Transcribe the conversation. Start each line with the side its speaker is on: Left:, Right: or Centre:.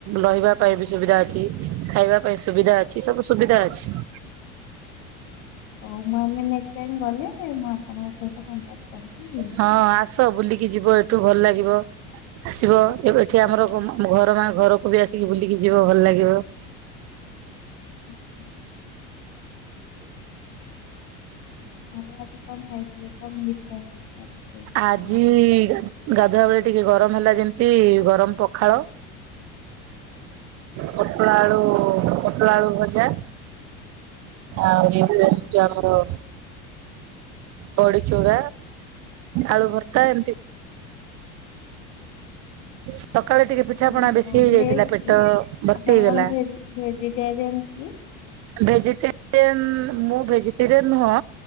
Right: ରହିବା ପାଇଁ ବି ସୁବିଧା ଅଛି, ଖାଇବା ପାଇଁ ସୁବିଧା ଅଛି, ସବୁ ସୁବିଧା ଅଛି।
Left: ହଉ ମୁଁ ଆମେ ନେକ୍ସଟ ଟାଇମ୍ ଗଲେ ମୁଁ ଆପଣଙ୍କ ସହିତ କଣ୍ଟାକ୍ଟ କରି କିି
Right: ହଁ ଆସ ବୁଲିକି ଯିବ ଏ ଠୁ ଭଲ ଲାଗିବ ଆସିବ ଏ ବେ ଠି
Left: ହଁ।
Right: ଆମର ଗମ ମ ଘର ମା ଘର କବି ଆସିକି ବୁଲିକି ଯିବ ଭଲ ଲାଗିବ।
Left: ଉହୁଁ। ଆଉ ଆଜି କଣ ଖାଇଥିଲେ କଣ ହେଇଥିଲା? ରୋଷେଇ
Right: ଆଜି
Left: ଦିନରେ?
Right: ଗାଧୁଆ ବେଳେ ଟିକେ ଗରମ ହେଲା ଯେମିତି ଗରମ ପଖାଳ ପଟଳ ଆଳୁ ପଟଳ ଆଳୁ ଭଜା ଆଉ <unintelligible> ଆମର ବଡି ଚୂରା ଆଳୁ ଭର୍ତା ଏମିତି <inaudible> ସକାଳେ ଟିକେ ପିଠାପଣା
Left: ଓହୋ
Right: ବେଶୀ ହେଇଯାଇଥିଲା
Left: ଭେଜ୍
Right: ପେଟ
Left: କି
Right: ଭର୍ତ୍ତି
Left: ଆପଣ
Right: ହେଇଗଲା।
Left: କଣ ଭେଜି ଭେଜିଟେରିଆନ୍ କି?
Right: ଭେଜିଟେ ଆନ ମୁଁ ଭେଜିଟେରିଆନ ନୁହଁ